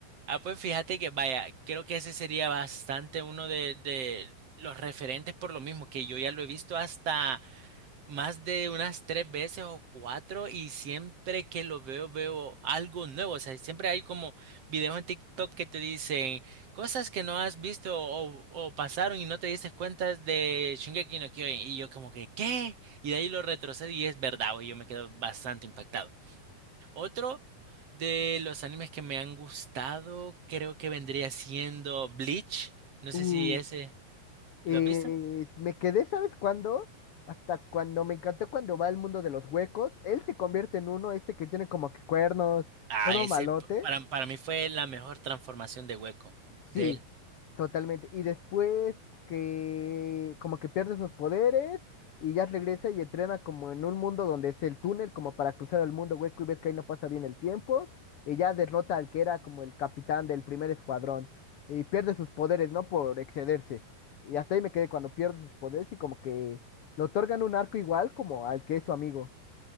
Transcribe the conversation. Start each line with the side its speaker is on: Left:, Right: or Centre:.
Right: ah, pues fíjate que vaya, creo que ese sería bastante uno de, de los referentes por lo mismo que yo ya lo he visto hasta. más de unas tres veces o cuatro y siempre que lo veo veo algo nuevo. O sea, siempre hay como videos en TikTok que te dicen cosas que no has visto o, o pasaron y no te dices cuenta de Shingeki no Kyojin. Y yo como que, ¿qué? Y de ahí lo retrocedo y es verdad, güey, yo me quedo bastante impactado. Otro de los animes que me han gustado creo que vendría siendo Bleach. No
Left: Uf.
Right: sé si ese...
Left: Eh,
Right: ¿Lo has visto?
Left: me quedé, ¿sabes cuándo? Hasta cuando me encantó cuando va al mundo de los huecos. Él se convierte en uno, este que tiene como que cuernos,
Right: Ah,
Left: todo
Right: ese
Left: malote.
Right: p- para, para mí fue la mejor transformación de hueco
Left: Sí,
Right: de él.
Left: totalmente. Y después que como que pierde sus poderes y ya regresa y entrena como en un mundo donde es el túnel, como para cruzar el mundo hueco y ves que ahí no pasa bien el tiempo. Y ya derrota al que era como el capitán del primer escuadrón. Y pierde sus poderes, ¿no? Por excederse. Y hasta ahí me quedé cuando pierde sus poderes y como que le otorgan un arco igual como al que es su amigo.